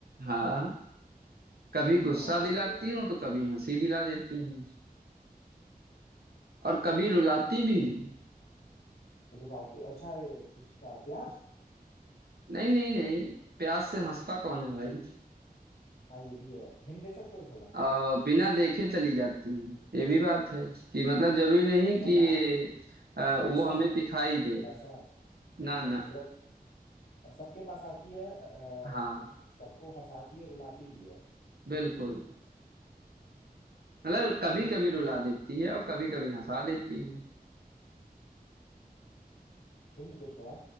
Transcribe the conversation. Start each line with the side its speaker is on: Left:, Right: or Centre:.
Right: हाँ कभी गुस्सा
Left: और
Right: दिलाती हूँ तो कभी हंसी दिला देती हूँ और
Left: अ,
Right: कभी रुलाती भी हूँ
Left: तो डालती हूँ अच्छा ये गुस्सा प्याज
Right: नहीं नहीं नहीं प्यास से हंसता कौन है भाई
Left: हाँ ये भी है हिंट दे सकते हो थोड़ा
Right: अ, बिना देखे चली जाती हैं ये भी बात है कि मतलब जरूरी नहीं
Left: तब
Right: कि
Left: मैं
Right: अ, वो
Left: पैसा
Right: हमें दिखाई दे
Left: पैसा
Right: ना ना
Left: मतलब सबके पास आती है अ, और
Right: हाँ
Left: सबको हंसाती है रुलाती भी है
Right: बिल्कुल मतलब कभी कभी रुला
Left: कुछ
Right: देती है और कभी कभी हंसा देती है
Left: हिंट दो थोड़ा